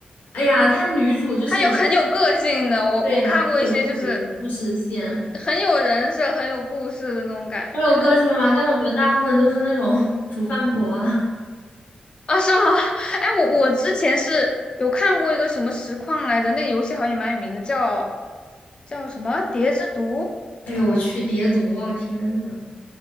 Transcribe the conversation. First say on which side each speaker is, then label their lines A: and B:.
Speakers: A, on the left; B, on the left.
A: 哎呀，她女主就是也
B: 他有很有个性的，我我看过一些就是
A: 对呀、有自己的故事线。
B: 很有人设、很有故事的那种感觉，
A: 我有个性吗？但我觉得大部分都是那种 <laughs> 煮饭婆啊。<laughs>
B: 啊，是吗？<laughs> 哎，我我之前是有看过一个什么实况来着，那个游戏好像也蛮有名的，叫叫什么《蝶之毒》
A: 哎呦我去，叠毒啊！天呐，